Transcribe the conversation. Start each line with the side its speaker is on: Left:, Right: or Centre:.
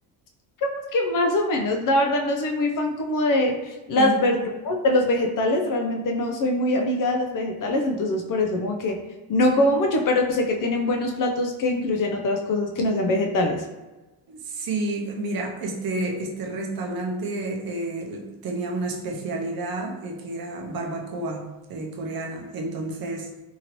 Left: digamos que más o menos, la verdad no soy muy fan como de las
Right: Sí.
Left: verduras, de los vegetales, realmente no soy muy amiga de los vegetales, entonces por eso como que no como mucho, pero sé que tienen buenos platos que incluyen otras cosas que no sean vegetales.
Right: Sí, mira, este, este restaurante eh, tenía una especialidad eh, que era barbacoa eh, coreana. Entonces,